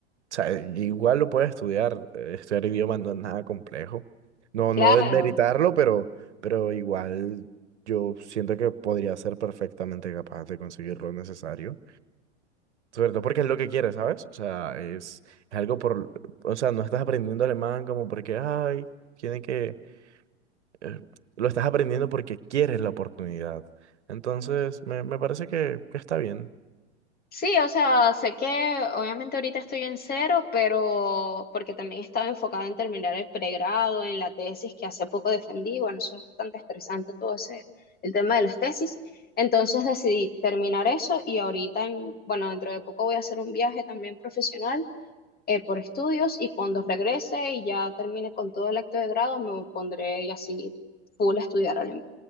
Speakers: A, on the right (about 80°); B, on the left (about 25°).
A: O sea, igual lo puedes estudiar. eh, Estudiar idioma no es nada complejo. No,
B: Claro.
A: no desmeritarlo, pero, pero igual yo siento que podría ser perfectamente capaz de conseguir lo necesario. Sobre todo porque es lo que quieres, ¿sabes? O sea, es, es algo por... O sea, no estás aprendiendo alemán como porque, ay, tiene que eh, lo estás aprendiendo porque quieres la oportunidad. Entonces, me, me parece que, que está bien.
B: Sí, o sea, sé que obviamente ahorita estoy en cero, pero porque también estaba enfocada en terminar el pregrado, en la tesis que hace poco defendí, bueno, eso es bastante estresante todo ese, el tema de las tesis. Entonces decidí terminar eso y ahorita, en, bueno, dentro de poco voy a hacer un viaje también profesional eh, por estudios y cuando regrese y ya termine con todo el acto de grado, me pondré y así full a estudiar alemán.